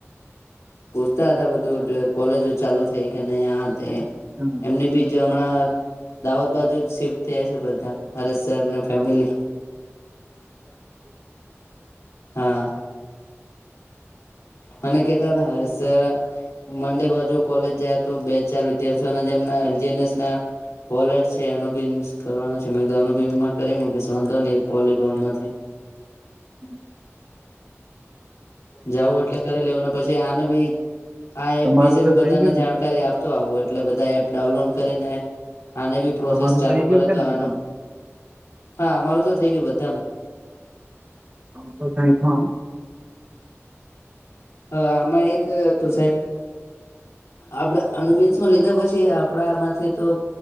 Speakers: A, on the left (about 85°); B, on the right (about 30°).
A: પૂછતા હતા બધું કોલેજો ચાલુ થઈ કે નહ આ તે
B: હ
A: એમને બીજ હમણાં દાહોદ બાજુ જ શિફ્ટ થયા છે બધા ભરેતસને ફમ
B: હા
A: હા મને કેતા હતા હ સર મંડે બાજુ કોલેજ જયા તો બે ચાર વિદ્યાર્થીઓ જેમના એલજીનસ ના હોલેટ છે એનું બી કરવાનું છે એનું બીનમાં કરી મૂકીશ વાંધો નહી પોલિકોન માંથી
B: હમ
A: જવું એટલે કરી લેવું પછી આનું બી આ એપ
B: તમારો
A: વિશે બી
B: તો
A: બધાને
B: થઈ ગયો
A: જાણકારી
B: ને
A: આપ તો આવું એટલે બધા એપ ડાઉનલોડ કરીને આને બી પ્રોસેસ
B: તમારું
A: ચાલુ
B: થઈ ગયું
A: કરે
B: છે
A: તો
B: ને
A: આનું
B: બધાનું
A: હા અમારું તો થઇ ગયું બધામાં
B: હ તો તઈ કોમ
A: હ આમાં એક તું સાહેબ આપડે અનુબિન્શ માં લીધા પછી આપડા માંથી તો.